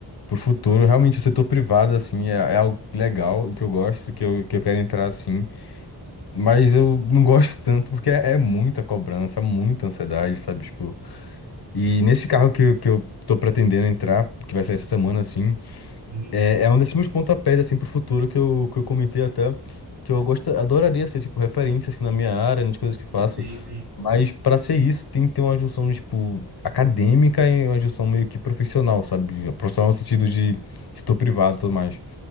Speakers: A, on the left; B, on the right.
A: pro futuro, realmente o setor privado, assim, é, é algo legal e que eu gosto, que eu, que eu quero entrar, assim. Mas eu não gosto tanto porque é, é muita cobrança, muita ansiedade, sabe? Tipo, e nesse carro que, eu- que eu tô pretendendo entrar, que vai sair essa semana, assim,
B: Uhum.
A: é, é um desses meus pontapés, assim, pro futuro que eu, que eu comentei até, que eu gosto, adoraria ser, tipo, referência, assim, na minha área, nas coisas que faço.
B: Sim, sim.
A: Mas para ser isso, tem que ter uma junção, tipo, acadêmica e uma junção meio que profissional, sabe? Profissional no sentido de setor privado e tudo mais.